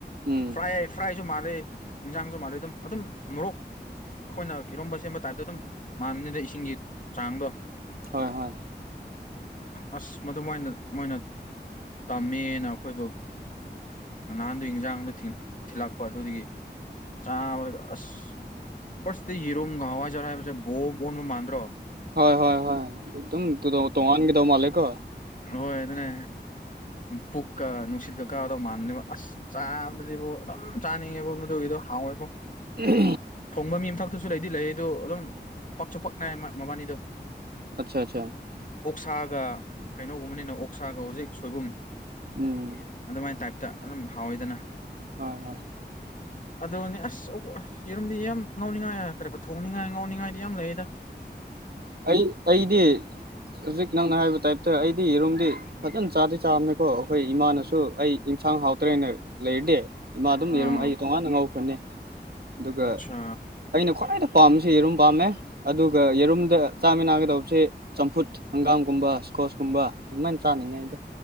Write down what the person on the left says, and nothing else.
ꯐ꯭ꯔꯥꯏ ꯐ꯭ꯔꯥꯏꯁꯨ ꯃꯥꯜꯂꯤꯦ ꯏꯟꯁꯥꯡꯁꯨ ꯃꯥꯜꯂꯤ ꯑꯗꯨꯝ ꯑꯗꯨꯝ ꯃꯣꯔꯣꯛ ꯑꯩꯈꯣꯏꯅ ꯏꯔꯣꯝꯕ ꯁꯦꯝꯕ ꯇꯥꯏꯞꯇ ꯑꯗꯨꯝ ꯃꯥꯟꯅꯤꯗ ꯏꯁꯤꯡꯒꯤ ꯆꯥꯡꯗꯣ
ꯑꯁ ꯃꯗꯨꯃꯥꯏꯅ ꯃꯣꯏꯅ ꯇꯝꯃꯦꯅ ꯑꯩꯈꯣꯏꯕꯨ ꯅꯍꯥꯟꯗꯨ ꯏꯟꯖꯥꯡꯗ ꯊꯤꯜꯂꯛꯄ ꯑꯗꯨꯗꯒꯤ ꯆꯥꯕꯒ ꯑꯁ ꯐꯥꯁꯇ ꯌꯦꯔꯣꯝꯒ ꯍꯋꯥꯏ ꯆꯔ ꯍꯥꯏꯦ ꯕꯣꯝ ꯑꯣꯟꯕ ꯃꯥꯟꯗ꯭ꯔꯣ
ꯍꯣꯏ ꯑꯗꯨꯅꯦ ꯄꯨꯛꯀ ꯅꯨꯡꯁꯤꯠꯀ ꯀꯥꯗꯧ ꯃꯥꯟꯅꯅꯦꯕ ꯑꯁ ꯆꯥꯕꯗꯗꯤꯕꯨ ꯑꯗꯨꯝ ꯆꯥꯅꯤꯡꯉꯦꯕ ꯃꯗꯨꯒꯤꯗꯣ ꯍꯥꯎꯋꯦꯕ
ꯊꯣꯡꯕ ꯃꯤ ꯑꯃꯊꯛꯇꯁꯨ ꯂꯩꯗꯤ ꯂꯩ ꯑꯗꯨ ꯑꯗꯨꯝ ꯄꯥꯛꯁꯨ ꯄꯛ ꯏ ꯃꯕꯥꯥꯅꯤꯗꯣ
ꯑꯣꯛꯁꯥꯒ ꯀꯩꯅꯣꯒꯨꯝꯕꯅꯤꯅ ꯑꯣꯛꯁꯥꯒ ꯍꯧꯖꯤꯛ ꯁꯣꯏꯕꯨꯝ
ꯑꯗꯨꯃꯥꯏꯅ ꯇꯥꯏꯞꯇ ꯑꯗꯨꯝ ꯍꯥꯎꯋꯤꯗꯅ
ꯑꯗꯨꯅꯦ ꯑꯁ ꯌꯦꯔꯨꯝꯗꯤ ꯌꯥꯝ ꯉꯥꯎꯅꯤꯡꯉꯥꯏ ꯀꯔꯤꯣ ꯊꯣꯡꯅꯤꯡꯉꯥꯏ ꯉꯥꯎꯅꯤꯡꯉꯥꯏꯗꯤ ꯌꯥꯝ ꯂꯩꯌꯦꯗ
ꯑꯥ
ꯑꯠꯆꯥ